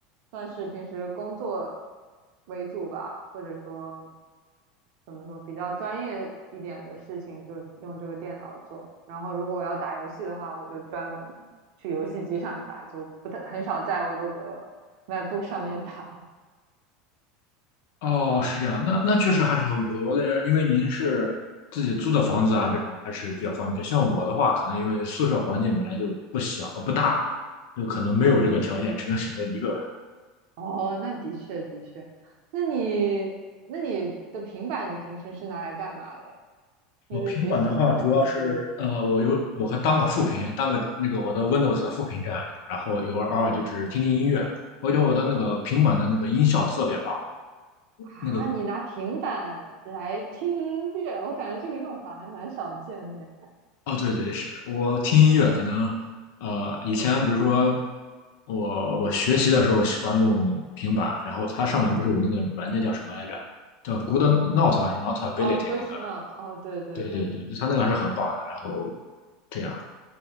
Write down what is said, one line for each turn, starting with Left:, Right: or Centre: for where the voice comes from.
Right: 算是平时工作为主吧，或者说怎么说比较专业一点的事情就用这个电脑做。然后如果我要打游戏的话，我就专门去游戏机上打，就不太很少在我这个 MacBook 上面打。
Left: 哦，是这样，那那确实还是很不错。我感觉，因为您是自己租的房子啊，这种还是比较方便。像我的话，可能因为宿舍环境本来就不小呃不大，就可能没有这个条件，
Right: 嗯，
Left: 只能选择一个。
Right: 哦，那的确的确，那你那你的平板你平时是拿来干嘛的呀？就是学习吗？
Left: 我平板的话，主要是呃，
Right: 还是
Left: 我有我还当个副屏，当个那个我的 Windows 的副屏这样用，然后有偶尔就只是听听音乐。我觉得我的那个平板的那个音效特别棒，
Right: 啊，
Left: 那个
Right: 你拿平板来听音乐？我感觉这个用法还蛮少见的耶
Left: 哦，对对是，我听音乐可能，呃，以前比如说我我学习的时候喜欢用平板，然后它上面不是有那个软件叫什么来着？叫 Good Note 还是 Notability
Right: 哦 g r e
Left: 那个？
Right: t n o know。哦，对对对，
Left: 对对对，它那个还是很棒的。然后这样